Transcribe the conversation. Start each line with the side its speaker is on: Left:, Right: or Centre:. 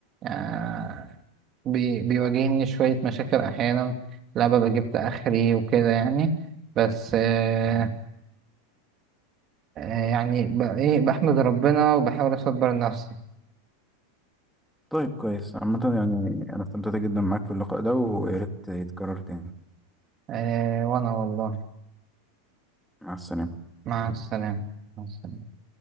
Right: آه بي بيواجهني شوية مشاكل أحيانا لا ببقى جبت آخري وكده يعني بس آه آه يعني ب- إيه بحمد ربنا وبحاول أصبر نفسي
Centre: طيب كويس عامة يعني أنا استمتعت جدا معاك في اللقاء ده ويا ريت يتكرر تاني
Right: آه وأنا والله
Centre: مع السلامة
Right: مع السلامة مع السلامة